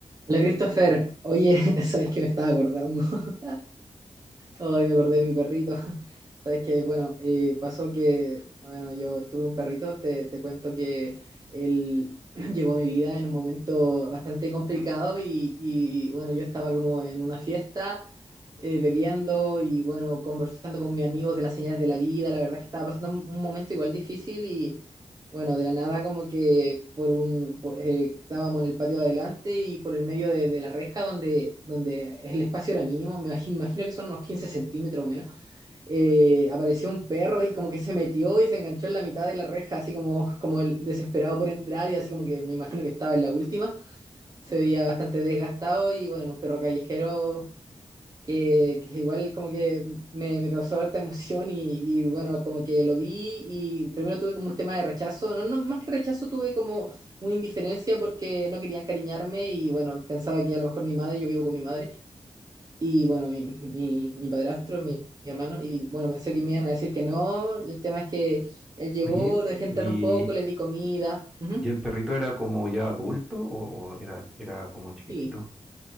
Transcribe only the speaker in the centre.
Oye,
¿y,
y el perrito era como ya adulto o, o era, era como chiquitito?